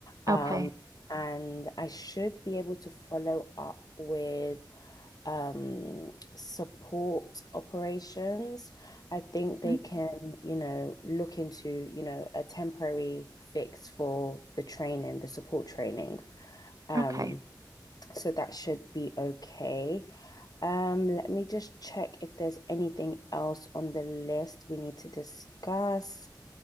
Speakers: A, on the right; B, on the left.
A: Okay.
B: Um, and I should be able to follow up with um support operations. I think
A: hmm
B: they can, you know, look into, you know, a temporary fix for the training, the support training um,
A: Okay.
B: so that should be okay. Um, let me just check if there's anything else on the list we need to discuss.